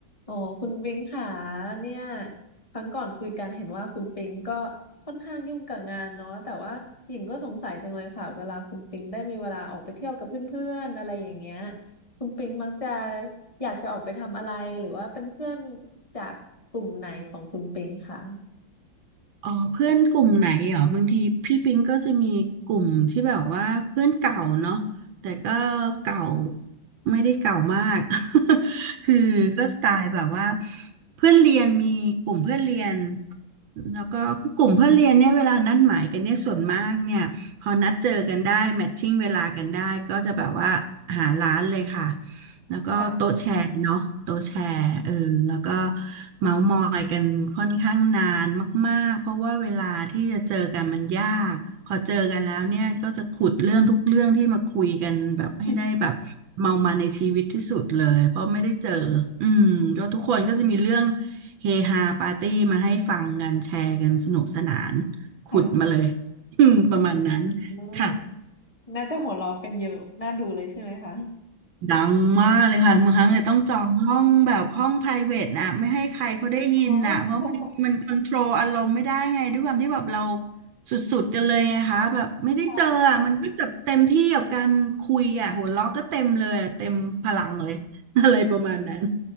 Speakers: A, on the left; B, on the right.
A: อ๋อคุณปิงค่ะเนี่ยครั้งก่อนคุยกันเห็นว่าคุณปิงก็ค่อนข้างยุ่งกับงานเนาะแต่ว่าหญิงก็สงสัยจังเลยค่ะเวลาคุณปิงได้มีเวลาออกไปเที่ยวกับเพื่อนๆอะไรอย่างเงี้ยคุณปิงมักจะอยากจะออกไปทำอะไรหรือว่าเป็นเพื่อนจากกลุ่มไหนของคุณปิงค่ะ
B: อ๋อเพื่อนกลุ่มไหนเหรอบางทีพี่ปิงก็จะมีกลุ่มที่แบบว่าเพื่อนเก่าเนาะแต่ก็เก่าไม่ได้เก่ามาก <laughs> คือก็สไตล์แบบว่าเพื่อนเรียนมีกลุ่มเพื่อนเรียนแล้วก็กลุ่มเพื่อนเรียนเนี่ยเวลานัดหมายกันเนี่ยส่วนมากเนี่ยพอนัดเจอกันได้แมทชิ่งเวลากันได้ก็จะแบบว่าหาร้านเลยค่ะ แล้วก็โต๊ะแชร์เนาะโต๊ะแชร์เออแล้วก็
A: ค่ะ
B: เมาส์มอยกันค่อนข้างนานมากๆเพราะว่าเวลาที่จะเจอกันมันยากพอเจอกันแล้วเนี่ยก็จะขุดเรื่องทุกเรื่องที่มาคุยกันแบบให้ได้แบบเมามาในชีวิตที่สุดเลยเพราะไม่ได้เจออืมก็ทุกคนก็จะมีเรื่อง
A: <laughs>
B: เฮฮาปาร์ตี้มาให้ฟังกันแชร์กันสนุกสนานขุดมาเลย
A: ค่ะ
B: <laughs> อืมประมาณนั้น
A: อ
B: ค่ะ
A: อน่าจะหัวเราะกันเยอะน่าดูเลยใช่ไหมคะ
B: ดังมากเลยค่ะบางครั้งเลยต้องจองห้องแบบห้อง private นะไม่ให้ใครเขาได้ยินนะเพราะมันมันคอนโทรลอารมณ์ไม่ได้ไงด้วยความที่แบบเรา
A: อ๋อ <laughs>
B: สุดๆกันเลยไงคะแบบไม่ได้เจออ่ะมันก็แบบเต็มที่กับการคุยอ่ะหัวเราะก็เต็มเลยอะเต็มพลังเลย
A: ค่ะ
B: <laughs> อะไรประมาณนั้น